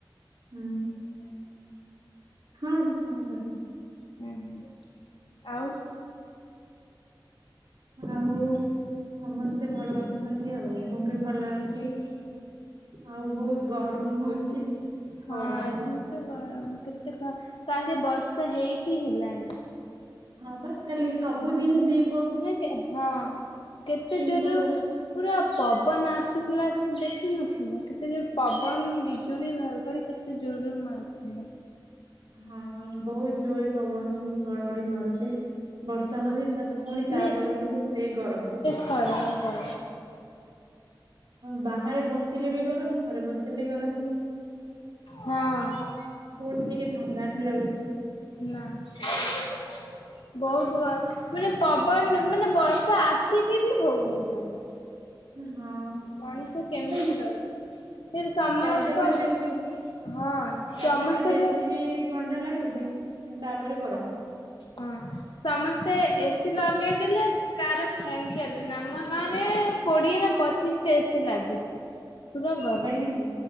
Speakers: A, on the right; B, on the left.
A: ହୁଁ ହଁ ଚିହ୍ନିପାରିଲି।
B: ହ ହୁଁ, ଆଉ
A: ଆଉ ସମସ୍ତେ ଭଲ ଅଛନ୍ତି ଆଉ ମୁଁ ବି ଭଲ ଅଛି। ଆଉ ବହୁତ ଗରମ ହଉଛି। ଖରା
B: ହଁ ଏଠି
A: ହଉଛି
B: ତ ଗରମ କେତେ କାଲେ ବର୍ଷା ହେଇକି ହେଲାଣି।
A: ହଁ ପରା କାଲି ସବୁଦିନ ଦି
B: ନ <unintelligible> ହଁ କେତେ
A: କିନ୍ତୁ
B: ଜୋରରୁ ପୁରା ପବନ ଆସିଥିଲା ଦେଖିନଥିବ। କେତେ ଜୋର ପବନ ବିଜୁଳି ଘର କଡ଼ି କେତେ ଜୋରୋ ମାରୁଥିଲା।
A: ହଁ ବହୁତ ଜୋରେ ପବନ ହଡଘଡି ମାରୁଛି। ବର୍ଷା ହଉଛି ତା ପୁଣି
B: ମାନେ
A: ତା ପର ଦିନକୁ ସେଇ ଗରମ।
B: ଖରା ବା
A: ବାହାରେ ବସିଲେ ବି ଘରେ ଗରମ, ଘରେ ବସିଲେ ବି ଗରମ
B: ହଁ
A: କୋଉଠି ଟିକେ ଥଣ୍ଡା ହେଇଲାଗୁନି।
B: ନା। <unintelligible> ବହୁତୁ ମାନେ ପବନ ମାନେ ବର୍ଷା ଆସିକି ବି ହଉନି ଜମା।
A: ହଁ।
B: ମଣିଷ କେମିତି
A: ଏଇ
B: ରହିବ? ସେଠ ସମସ୍ତ
A: ଚାରିଟା ବେଳେ ବେଶୀ
B: ହଁ
A: ଚାରିଟା
B: ସମସ୍ତେ
A: ବେଳେ ବେଶୀ
B: ଏବେ
A: ବି ଥଣ୍ଡା ଲାଗୁଛି କିନ୍ତୁ ତାପରେ ଗରମ।
B: ହଁ ସମସ୍ତେ ଏସିି ଲଗେଇଦେଲେ କାର ଫ୍ୟାନ ଚାଲୁନି ଆମ ଗାଁ ରେ କୋଡିଏ ନା ପଚିଶ ଟା ଏସି ଲାଗିଛି। ପୁରା ଗରମ
A: ଲାଗିଛି